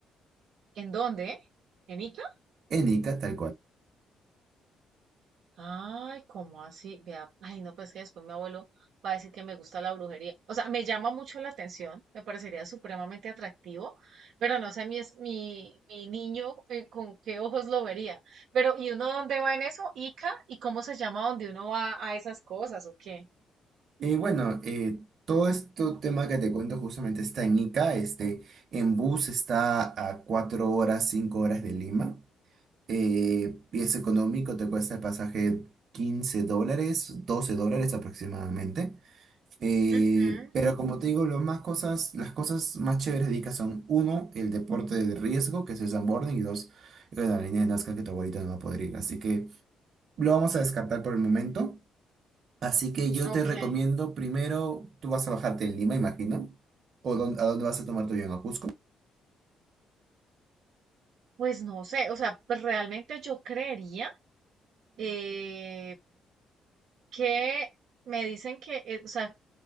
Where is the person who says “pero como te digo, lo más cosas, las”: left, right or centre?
Right